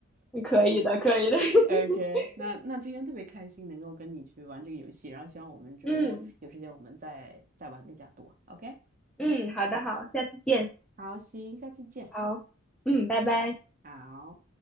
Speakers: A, in the centre; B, on the right.
A: 可以的，可以的。
B: <laughs>
A: <laughs>
B: OK，那那今天特别开心能够跟你去玩这个游戏，然后希望我们之后有时间我们再再玩更加多。
A: 嗯
B: OK，
A: 嗯，好的，好，下次见。
B: 好，行，下次见，
A: 好，嗯，拜拜。
B: 好。